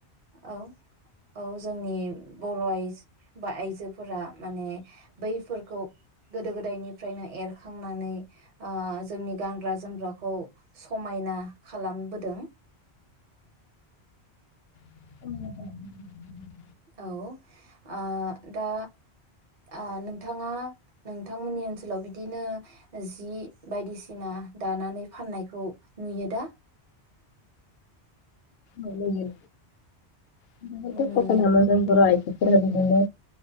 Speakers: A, on the right; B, on the left.
A: औ औ जोंनि बर' आइज आ आइजोफोरा माने बैफोरखौ गोदो गोदायनिफ्रायनो एरखांनानै ओ जोंनि गानग्रा जोमग्राखौ समायना खालामबोदों।
B: <unintelligible>
A: औ ओ दा आ नोंथाङा नोंथांमोननि ओनसोलाव बिदिनो जि बायदिसिना दानानै फाननायखौ नुयो। दा
B: औ‌ नुयो। <unintelligible>
A: नुयो
B: बर' आयजो बिदिनो